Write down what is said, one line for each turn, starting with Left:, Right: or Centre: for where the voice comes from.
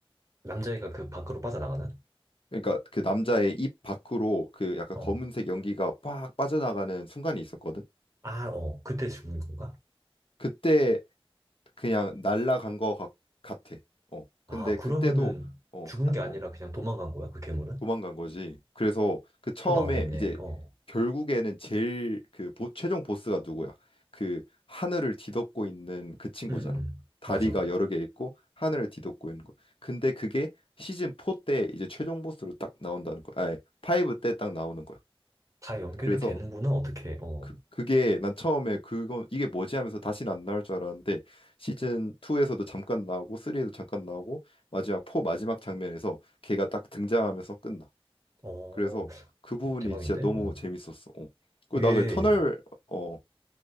Right: 남자애가 그 밖으로 빠져나가는?
Left: 그러니까 그 남자의 입 밖으로 그 약간
Right: 어.
Left: 검은색 연기가 빡 빠져나가는 순간이 있었거든.
Right: 아, 어. 그때 죽은 건가?
Left: 그때 그냥 날라간 거 같, 같아. 어. 근데
Right: 아, 그러면은
Left: 그때도 어,
Right: 죽은
Left: 아,
Right: 게 아니라
Left: 어.
Right: 그냥 도망간 거야 그 괴물은?
Left: 도망간 거지. 그래서 그 처음에
Right: 또 나오겠네.
Left: 이제
Right: 어.
Left: 결국에는 제일 그 보, 최종 보스가 누구야? 그 하늘을 뒤덮고 있는 그 친구잖아.
Right: 음, 음.
Left: 다리가
Right: 맞아.
Left: 여러 개 있고 하늘을 뒤덮고 있는 거. 근데 그게 시즌 4 때 이제 최종 보스로 딱 나온다는 거야. 아니, 5 때 딱 나오는 거야.
Right: 다 연결이
Left: 그래서
Right: 되는구나 어떻게? 어.
Left: 그, 그게 난 처음에 그거 이게 뭐지 하면서 다시는 안 나올 줄 알았는데 시즌 2에서도 잠깐 나오고 3에도 잠깐 나오고 마지막 4 마지막 장면에서 걔가 딱 등장하면서 끝나.
Right: 어.
Left: 그래서 그 부분이
Right: 대박인데?
Left: 진짜 너무
Right: 어.
Left: 재밌었어. 어. 그리고
Right: 이게
Left: 나 그 터널 어,